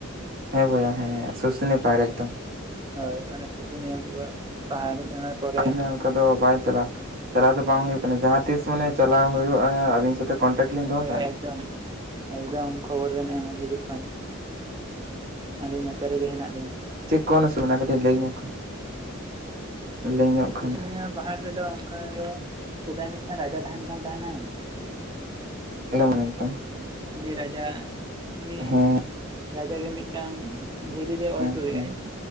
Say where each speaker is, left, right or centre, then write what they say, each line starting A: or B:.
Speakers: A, on the right (about 45°); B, on the right (about 20°).
A: ᱦᱮᱸ ᱵᱚᱭᱟ ᱦᱮᱸ ᱥᱩᱥᱱᱤ ᱯᱟᱦᱟᱲ ᱮᱫᱚᱢ᱾
B: ᱦᱳᱭ ᱚᱱᱟ ᱥᱩᱥᱩᱱᱤᱭᱟᱹ ᱯᱟᱦᱟᱲ ᱚᱱᱟ ᱠᱚᱨᱮ
A: ᱟᱞᱮ ᱚᱱᱠᱟ ᱫᱚ ᱵᱟᱭ ᱪᱟᱞᱟᱜᱼᱟ ᱪᱟᱞᱟᱣ ᱫᱚ ᱵᱟᱝ ᱦᱩᱭᱩᱜ ᱠᱟᱱᱟ ᱡᱟᱦᱟᱸ ᱛᱤᱥ ᱢᱟᱱᱮ ᱪᱟᱞᱟᱣ
B: ᱟᱪᱪᱷᱟ
A: ᱦᱩᱭᱩᱜᱼᱟ ᱟᱵᱤᱱ ᱥᱟᱛᱮ ᱠᱚᱱᱴᱟᱠᱴ ᱞᱤᱧ ᱫᱚᱦᱚ
B: ᱦᱳᱭ
A: ᱠᱟᱜᱼᱟ
B: ᱦᱳᱭ ᱮᱠᱫᱚᱢ ᱮᱠᱫᱚᱢ ᱠᱷᱚᱵᱚᱨ ᱵᱮᱱ ᱮᱢᱟ ᱦᱤᱡᱩᱜ ᱠᱷᱟᱱ᱾ ᱟᱹᱞᱤᱧ ᱱᱚᱛᱮ ᱨᱮᱜᱮ ᱦᱮᱸᱱᱟᱜ ᱞᱤᱧᱟ᱾
A: ᱪᱮᱫ ᱠᱚ ᱥᱩᱚᱢᱚᱭ ᱚᱱᱟ ᱠᱟᱹᱴᱤᱡ ᱞᱟᱹᱭ ᱧᱚᱜ ᱠᱷᱟᱱ, ᱞᱟᱹᱭ ᱧᱚᱜ
B: ᱥᱩᱥᱩᱱᱤᱭᱟᱹ
A: ᱠᱷᱟᱱ
B: ᱯᱟᱦᱟᱲ ᱨᱮᱫᱚ ᱚᱝᱠᱟ ᱫᱚ ᱥᱮᱫᱟᱭ ᱢᱤᱫᱴᱟᱝ ᱨᱟᱡᱟ ᱛᱟᱦᱮᱱ ᱠᱟᱱ ᱛᱟᱦᱮᱱᱟᱭ
A: ᱮᱠᱫᱚᱢ ᱮᱠᱫᱚᱢ᱾
B: ᱩᱱᱤ ᱨᱟᱡᱟ ᱩᱱᱤ
A: ᱦᱮᱸ
B: ᱨᱟᱡᱟᱭᱤᱡ ᱢᱤᱫᱴᱟᱝ ᱫᱷᱤᱨᱤ ᱮᱭᱮᱭ ᱚᱞᱦᱚᱴᱩ
A: ᱦᱮᱸ
B: ᱞᱮᱜᱼᱟᱭ᱾
A: ᱦᱮᱸ